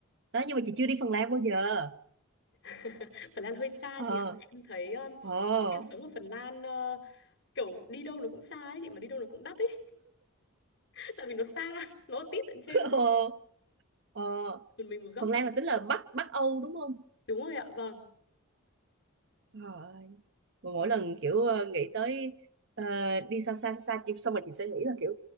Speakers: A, on the right; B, on the left.
A: đó nhưng mà chị chưa đi Phần Lan bao giờ
B: <laughs> Phần Lan hơi xa
A: ờ
B: chị ạ. Em thấy ừm,
A: ờ
B: em
A: <laughs>
B: sống ở Phần Lan ờ, kiểu đi đâu nó cũng xa ấy chị mà đi đâu nó cũng đắt ấy <laughs> tại vì nó xa, nó tít tận trên
A: ờ ờ
B: tận mình một góc.
A: Phần Lan là tính là Bắc Bắc Âu đúng không
B: Đúng rồi ạ. Vâng.
A: ờ mà mỗi lần kiểu ờ, nghĩ tới ờ, đi xa xa xa xa chỉ- xong rồi chị sẽ nghĩ là kiểu